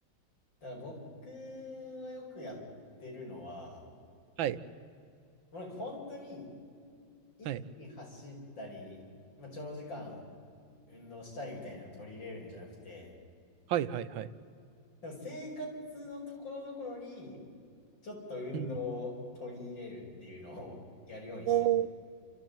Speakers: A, on the left; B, on the right.
A: だから僕がよくやってるのは、
B: はい、
A: もうなんか本当に一気に走ったり、
B: はい、
A: まあ、長時間運動したりみたいなのを取り入れるんじゃなくて、
B: はい、はい、はい。
A: でも生活のところどころに、ちょっと運動を取り入れるっていうのを
B: うん。
A: <laughs> やるようにしてま
B: おーなる